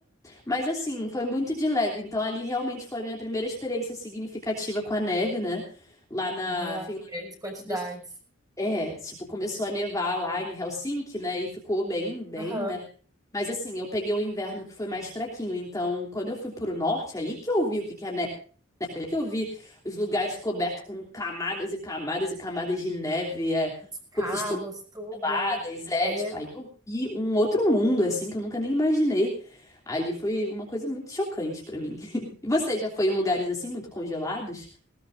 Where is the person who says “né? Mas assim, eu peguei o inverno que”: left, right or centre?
Left